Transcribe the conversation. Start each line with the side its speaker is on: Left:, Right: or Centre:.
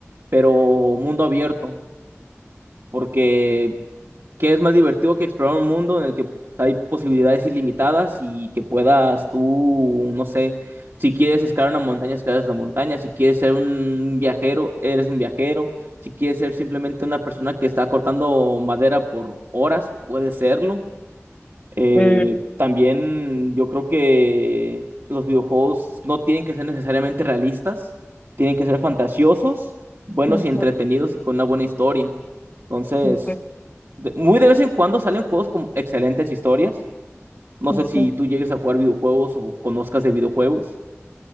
Right: pero mundo abierto, porque que es más divertido que explorar un mundo en el que hay posibilidades ilimitadas y que puedas tú, no sé, si quieres escalar una montaña, escalas la montaña, si quieres ser un viajero, eres un viajero, si quieres ser simplemente una persona que está cortando madera por horas, puedes serlo. Eh,
Left: Mm,
Right: también yo creo que los videojuegos no tienen que ser necesariamente realistas, tienen que ser fantasiosos, buenos
Left: ujú,
Right: y entretenidos y con una buena historia. Entonces,
Left: ujú,
Right: de- muy de vez en cuando salen juegos con excelentes historias. No
Left: ujú.
Right: sé si tú llegues a jugar videojuegos o conozcas de videojuegos.